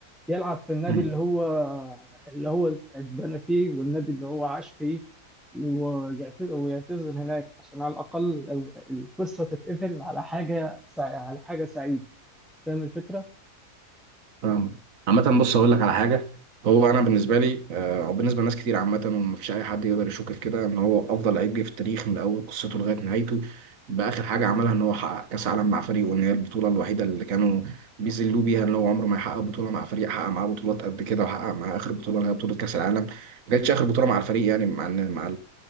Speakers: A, in the centre; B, on the right (about 60°).
A: يلعب في النادي
B: مم.
A: اللي هو اللي هو اتبنى فيه والنادي اللي هو عاش فيه ويعتز- ويعتزل هناك عشان على الأقل ال- القصة تتقفل على حاجة سع- على حاجة سعيدة فاهم الفكرة؟
B: فاهم عامة بص هقول لك على حاجة هو أنا بالنسبة لي آه، أو بالنسبة لناس كتير عامة ومفيش أي حد يقدر يشك في كده إن هو أفضل لعيب جه في التاريخ من أول قصته لغاية نهايته بآخر حاجة عملها إن هو حقق كأس عالم مع فريقه إن هي البطولة الوحيدة اللي كانوا بيذلوه بيها إن هو عمره ما يحقق بطولة مع فريق حقق معاه بطولات قد كده وحقق معاه آخر بطولة اللي هي بطولة كأس العالم ما كانتش آخر بطولة مع الفريق يعني مع مع